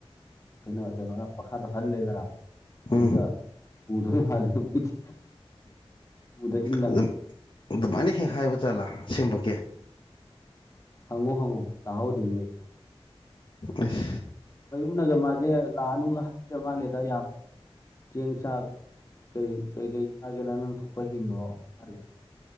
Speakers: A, on the left; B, on the left.
A: ꯀꯩꯅꯣ ꯀꯩꯅꯣꯅ ꯃꯈꯥꯗꯣ ꯍꯜꯂꯦꯗꯅ
B: ꯎꯝ
A: ꯑꯗꯨꯒ ꯄꯨꯗꯣꯏ ꯃꯥꯜꯂꯦ ꯑꯃꯨꯛ ꯎꯗ ꯏꯂ
B: ꯑꯗꯨꯝ ꯑꯗꯨꯃꯥꯏꯅ ꯍꯦꯛ ꯍꯥꯏꯕ ꯆꯠꯂꯥ ꯑꯁꯦꯡꯕꯀꯤ
A: ꯍꯪꯉꯣ ꯍꯪꯉꯣ ꯇꯍꯧꯔꯤꯃꯦ
B: ꯑꯁ
A: ꯃꯌꯨꯝꯅꯒ ꯃꯥꯁꯦ ꯂꯥꯛꯑꯅꯨꯒ ꯍꯥꯏ ꯃꯥꯜꯂꯦꯗ ꯌꯥꯝ ꯆꯦꯡ ꯆꯥꯛ ꯀ ꯀꯩꯀꯩ ꯆꯥꯒꯦꯅ ꯅꯪꯊꯣꯛꯄ ꯍꯤꯡꯈ꯭ꯔꯣ ꯃꯥꯜꯂꯦ